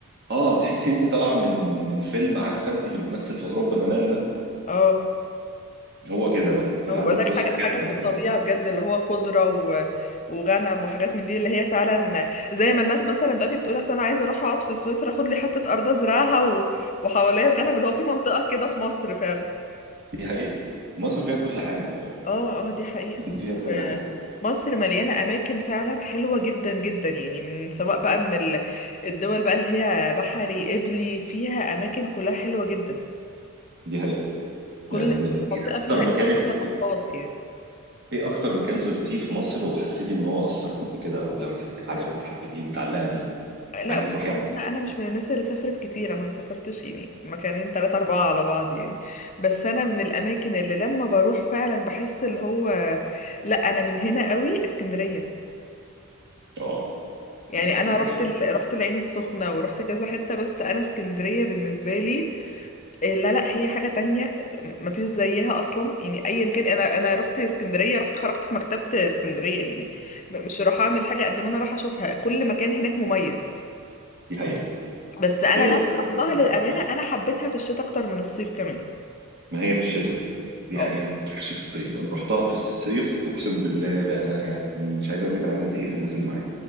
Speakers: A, on the right; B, on the left.
A: آه تحس إن أنت طالعة من من من فيلم عارفة أنت اللي بتمثل في أوروبا زمان ده
B: اه
A: هو كده بقى أنت
B: انا
A: قاعدة
B: بقول
A: في
B: لك
A: وسط
B: حاجه حاجه
A: كده
B: من الطبيعه بجد اللي هو خضره و... وغنم وحاجات من دي اللي هي فعلا زي ما الناس مثلا دلوقتي بتقول اصل انا عايزه اروح اقعد في سويسرا اخد لي حته ارض ازرعها و... وحواليا الغنم اللي هو في منطقه كده في مصر فعلا
A: دي حقيقة مصر فيها كل حاجة والله
B: اه اه دي حقيقه مصر
A: فيها كل حاجة
B: مصر مليانه اماكن فعلا حلوه جدا جدا يعني من سواء بقى من ال... الدول بقى اللي هي بحري قبلي فيها اماكن كلها حلوه جدا
A: دي حقيقة
B: كل
A: يعني م- إيه
B: كل منطقه
A: أكتر
B: فيها
A: مكان
B: ليها طابعها الخاص يعني
A: ايه اكتر مكان زرتيه في مصر وحسيتي ان هو اثر فيكي كده او لمسك عجبك حبيتيه متعلقه بيه
B: لا
A: عايزه
B: بص
A: تروحي
B: هو
A: على-
B: انا انا مش من الناس اللي سافرت كتير انا ما سافرتش يعني مكانين تلاتة اربعة على بعض يعني بس انا من الاماكن اللي لما بروح فعلا بحس اللي هو لا انا من هنا قوي اسكندرية
A: اه
B: يعني
A: اسكندريه
B: انا رحت ال... رحت العين السخنة ورحت كذا حتة بس انا اسكندرية بالنسبة لي إيه، لا لا هي حاجة تانية ما فيش زيها اصلا يعني ايا كان انا انا رحت اسكندرية رحت خرجت في مكتبة اسكندرية يعني م- مش راح اعمل حاجة قد ما انا راح اشوفها كل مكان هناك مميز
A: دي حقيقه
B: بس انا
A: هي
B: لما
A: الاسكندرية-
B: رحتها للامانه انا حبيتها في الشتاء اكتر من الصيف كمان
A: ما هي في الشتاء دي
B: اه
A: حقيقه ما تروحش في الصيف انا رحتها في الصيف اقسم بالله انا يعني مش عايز اقول لك انا عملت ايه في الناس اللي معايا